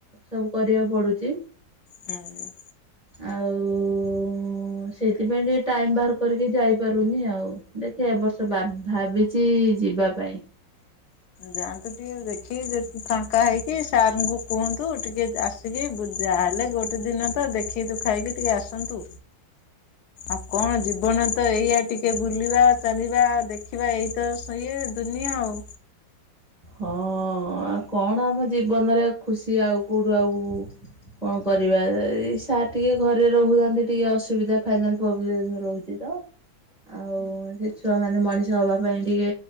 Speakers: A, in the centre; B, on the left.
A: ସବୁ କରିବାକୁ ପଡୁଛି।
B: ହୁଁ।
A: ଆଉ ହଁ ସେଇଥିପାଇଁ ଟିକେ ଟାଇମ ବାହାର କରିକି ଯାଇପାରୁନି ଆଉ। ଦେଖିବା ଏ ବର୍ଷ ବା ଭାବିଛି ଯିବା ପାଇଁ।
B: ଯାଆନ୍ତୁ ଟିକେ ଦେଖି ଫାଙ୍କା ହେଇକି ସାଟଙ୍କୁ କୁହନ୍ତୁ ଟିକେ ଆସ କି ଯାହେଲେ ଗୋଟେ ଦିନ ତ ଦେଖି ଦୁଖାକି ଟିକେ ଆସନ୍ତୁ। ଆଉ କଣ ଜୀବନ ତ ଏଇଆ ଟିକେ ବୁଲିବା, ଚାଲିବା ଆଉ ଦେଖିବା ଏଇ ତ ସ ଇଏ ଦୁନିଆ ଆଉ।
A: ହଁ ଆଉ କଣ ଆମ ଜୀବନରେ ଖୁସି ଆଉ କଉଠୁ ଆଉ କଣ କରିବା ଏଇ ସାର୍ ଟିକେ ଘରେ ରହୁଥାନ୍ତି ଟିକେ ଅସୁବିଧା ଫାଇନାବ୍ ପୋବେଲମ ରହୁଛି। ତ ଆଉ ସେ ଛୁଆ ମାନେ ମଣିଷ ହବା ପାଇଁ ଟିକେ